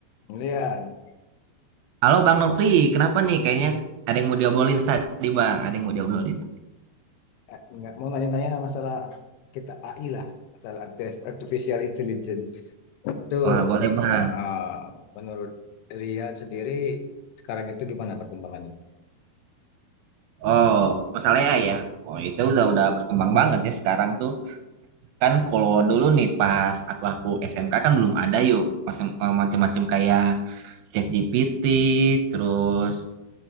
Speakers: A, on the left (about 80°); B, on the right (about 80°).
A: Kemudian,
B: Halo Bang Nopri, kenapa nih? Kayaknya ada yang mau diobrolin tadi Bang, ada yang mau diobrolin.
A: eh, nggak mau nanya-nanya masalah kita AI lah, masalah artificial intelligence. Itu
B: Wah boleh Bang.
A: ma- eh, menurut Rian sendiri sekarang itu gimana perkembangannya?
B: Oh, masalahnya ya. Oh, itu udah udah berkembang banget ya sekarang tuh. Kan kalau dulu nih pas aku aku SMK kan belum ada yuk. Macam- Macem-macem kayak ChatGPT, terus